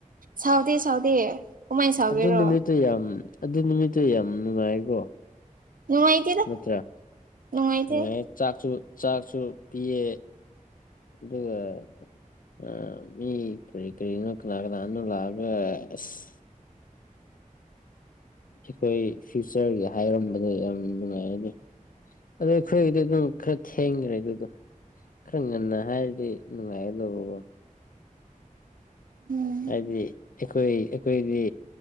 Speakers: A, on the right; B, on the left.
A: ꯁꯥꯎꯗꯦ ꯁꯥꯎꯗꯦ ꯀꯃꯥꯏꯅ ꯁꯥꯎꯒꯦꯔꯣ
B: ꯑꯗꯨ ꯅꯨꯃꯤꯠꯇꯣ ꯌꯥꯝ ꯑꯗꯨ ꯅꯨꯃꯤꯠꯇ ꯌꯥꯝ ꯅꯨꯡꯉꯥꯏꯀꯣ
A: ꯅꯨꯡꯉꯥꯏꯇꯦꯗ
B: ꯅꯠꯇ꯭ꯔꯥ
A: ꯅꯨꯡꯉꯥꯏꯇꯦ
B: ꯅꯨꯡꯉꯥꯏ ꯆꯥꯛꯁꯨ ꯆꯥꯛꯁꯨ ꯄꯤꯌꯦ ꯑꯗꯨꯒ ꯑꯥ ꯃꯤ ꯀꯔꯤ ꯀꯔꯤꯅ ꯀꯅꯥ ꯀꯅꯥꯅ ꯂꯥꯛꯑꯒ ꯑꯁ ꯑꯈꯣꯏ ꯐ꯭ꯌꯨꯆꯔꯒꯤ ꯍꯥꯏꯔꯝꯕꯗ ꯌꯥꯝ ꯅꯨꯡꯉꯥꯏꯌꯦꯅꯦ ꯑꯗꯣ ꯑꯈꯣꯏꯒꯤꯗꯤ ꯑꯗꯣ ꯈꯥꯔ ꯊꯦꯡꯈ꯭ꯔꯦ ꯑꯗꯨꯗꯣ ꯈꯥꯔ ꯉꯟꯅ ꯍꯥꯏꯔꯗꯤ ꯅꯨꯡꯉꯥꯏꯒꯗꯧꯕꯀꯣ
A: ꯎꯝ
B: ꯍꯥꯏꯗꯤ ꯑꯈꯣꯏ ꯑꯈꯣꯏꯗꯤ